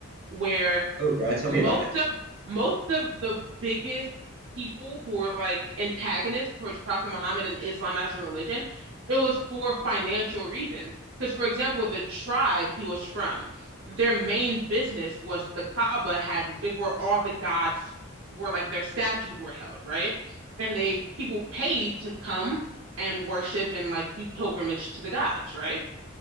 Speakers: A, on the right (about 65°); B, on the right (about 45°).
A: where
B: oh yeah, tell
A: most
B: me about it.
A: of most of the biggest people who were like antagonists towards Prophet Muhammad and Islam as a religion, it was for financial reasons. Because, for example, the tribe he was from, their main business was the Kaaba had it where all the gods were like their statues were held, right? And they people paid to come and worship and like do pilgrimage to the gods, right?